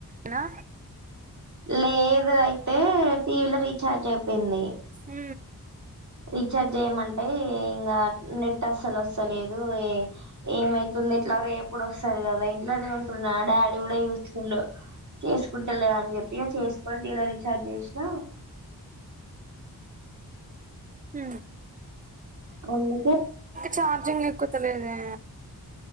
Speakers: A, on the right; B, on the right.
A: అనా
B: లేదు అయితే టీవీలో రీఛార్జ్ అయిపోయింది
A: ఉ
B: రీచార్జ్ చేయమంటే ఇంకా నెట్ అసలు వస్తలేదు ఏ ఏమైతుంది ఇట్లా ఎప్పుడు వస్తుది కదా ఇంట్లోనే డాడీ కూడా చూసుకు చకు కుంటలే అని చెప్పి ఇక చేసుకోండి ఇలా రీఛార్జ్ చేసినా
A: హ
B: అందుకే
A: చార్జంగ్ ఎక్కుతలేదే